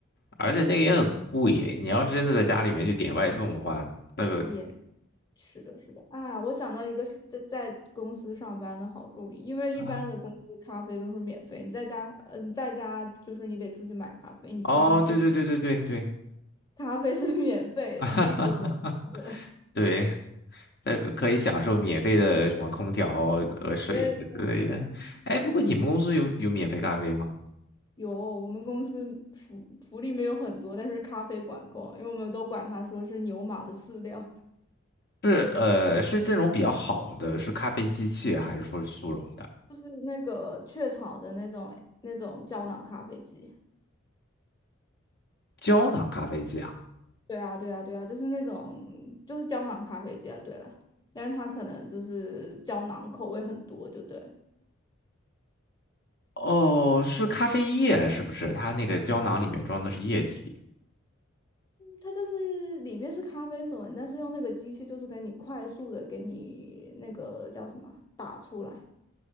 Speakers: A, on the left (about 50°); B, on the left (about 20°).
A: 而且那个也很贵，
B: 对。
A: 你要是真的在家里面去点外送的话，那个，
B: 也是的，是的，啊，我想到一个是在在公司上班的好处，因为一般的公司咖啡都是免费，
A: 啊，
B: 你在家，嗯，你在家就是你得出去买咖啡，你去公司
A: 哦，对对对对对对，
B: 咖啡是 <laughs> 免费的，
A: <laughs>
B: 你就一直喝。
A: 对。那个可以享受免费的什么空调和水之类的。
B: 对对对，
A: 哎，不过你们公司有有免费咖啡吗？
B: 有，我们公司福福利没有很多，但是咖啡管够，因为我们都管它说是牛马的饲料，
A: 是呃，是这种比较好的，是咖啡机器还是说是速溶的
B: 就是那个雀巢的那种那种胶囊咖啡机。
A: 胶囊咖啡机啊？
B: 对啊，对啊，对啊，就是那种就是胶囊咖啡机啊，对了，但是它可能就是胶囊口味很多，就对，
A: 哦，是咖啡液是不是？它那个胶囊里面装的是液体，
B: 它就是里面是咖啡粉，但是用那个机器就是给你快速的给你那个叫什么啊打出来，